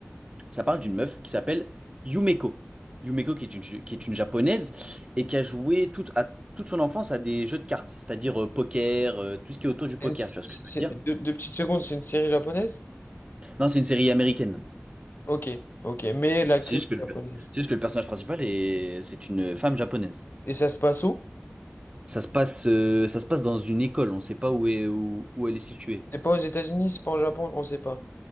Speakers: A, on the right (about 25°); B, on the left (about 55°).
A: Ça parle d'une meuf qui s'appelle Yumeko. Yumeko, qui est une, qui est une japonaise et qui a joué toute, à, toute son enfance à des jeux de cartes, c'est-à-dire euh, poker, euh, tout ce qui est autour du poker.
B: Une- c'est-
A: Tu vois ce que je
B: c'est-
A: veux dire?
B: deux, deux petites secondes, c'est une série japonaise?
A: Non, c'est une série américaine.
B: Ok, ok. Mais l'actrice
A: C'est juste que le,
B: est japonaise.
A: c'est juste que le personnage principal est, c'est une femme japonaise.
B: Et ça se passe où?
A: Ça se passe, euh, ça se passe dans une école, on ne sait pas où est, où, où elle est située.
B: C'est pas aux États-Unis, c'est pas en Japon, on sait pas.